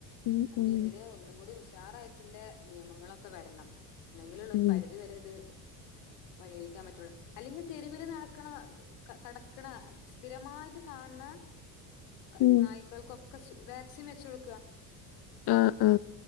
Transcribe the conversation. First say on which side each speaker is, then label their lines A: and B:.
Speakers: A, on the left (about 50°); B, on the left (about 75°).
A: ഉം
B: അയ്നെതിരെ
A: ഉം
B: ഒന്നും കൂടി ഉഷ് സ്റ്റാറായിട്ടുള്ളെ നിയമങ്ങളൊക്കെ വരണം ഇന്നങ്കിലുള്ളൊരു
A: ഉം
B: ഒരു പരിധി വരെ ഇത് പരിഹരിക്കാൻ പറ്റുള്ളൂ അല്ലെങ്കിൽ തെരുവില് നടക്ക്ണ കടക്ക്ണ സ്ഥിരമായിട്ട്, കാണ് ണ
A: ഉം
B: നായ്ക്കൾക്കൊ ക്കെ വാക്സിൻ വെച്ചോട്ക്കാ
A: ആ ആ